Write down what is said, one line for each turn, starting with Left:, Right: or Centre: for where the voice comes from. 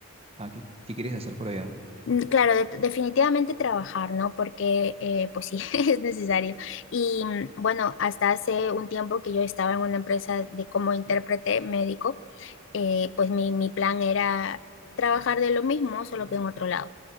Right: a ¿qué, qué quieres hacer por allá?
Left: Mm, Claro, de- definitivamente trabajar, ¿no? Porque, eh, pues sí, <laughs> es necesario. Y mm, bueno, hasta hace un tiempo que yo estaba en una empresa de como intérprete médico, eh, pues mi, mi plan era trabajar de lo mismo, solo que en otro lado